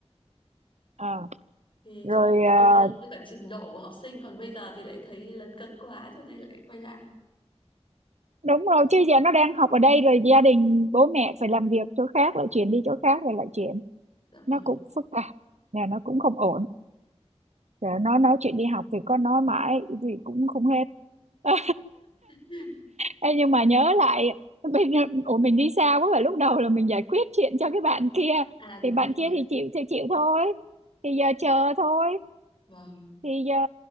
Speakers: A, on the right; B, on the left.
A: à.
B: thì
A: rồi
B: cho nó
A: ờ,
B: phù hợp với cả trình độ của học sinh còn bây giờ thì lại thấy lấn cấn quá cho nên lại quay lại
A: đúng rồi chứ giờ nó đang học ở đây rồi gia đình bố mẹ phải làm việc chỗ khác lại chuyển đi chỗ khác rồi lại chuyển
B: dạ
A: nó
B: vâng
A: cũng phức tạp nhà nó cũng không ổn giờ nó nói chuyện đi học thì có nói mãi gì cũng không hết Ờ,
B: <laughs>
A: Ê, nhưng mà nhớ lại mình ủa mình đi xa quá và lúc đầu là mình giải quyết chuyện cho cái bạn kia
B: à đúng
A: thì bạn
B: rồi
A: kia
B: đấy.
A: thì chịu thì chịu thôi thì giờ chờ thôi
B: vâng
A: thì giờ